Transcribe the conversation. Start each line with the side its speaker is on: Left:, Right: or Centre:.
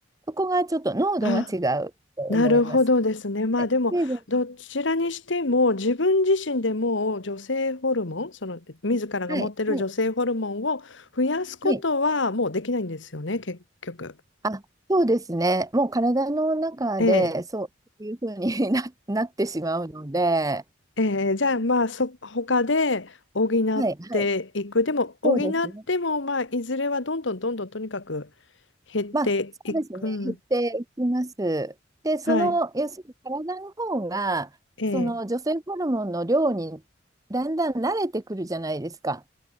Right: そこがちょっと濃度が違うと思います。
Left: あ、あなるほどですね。まあでもどちらにしても自分自身でもう女性ホルモン、
Right: はい、成分
Left: その自らが持ってる女性ホルモンを増やすことはもうできないんですよね、
Right: はい、はい、はい。
Left: 結局。
Right: あ、そうですね。もう体の中でそういうふうに
Left: ええ、
Right: <laughs> な、なってしまうので、
Left: ええ、じゃあまあそ他で補っていく。
Right: はい、はい、
Left: でも補ってもまあいずれはどんどんどんどんとにかく
Right: そうですね。
Left: 減っていく。
Right: まあ、そうですね、
Left: うん
Right: 減っていきます。で、その、
Left: はい。
Right: 要するに体の方が、
Left: ええ。
Right: その女性ホルモンの量にだんだん慣れてくるじゃないですか。